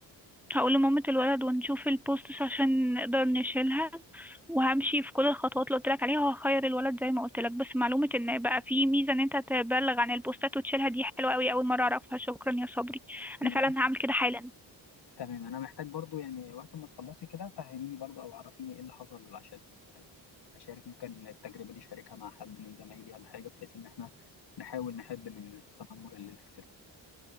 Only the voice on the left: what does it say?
تمام
تمام. أنا محتاج برضو يعني وقت ما تخلصي كده فهميني برضو أو عرفيني إيه اللي حصل عشان أشارك ممكن التجربة دي أشاركها مع حد من زمايلي ولا حاجة بحيث إن إحنا نحاول نحد من التنمر الإلكتروني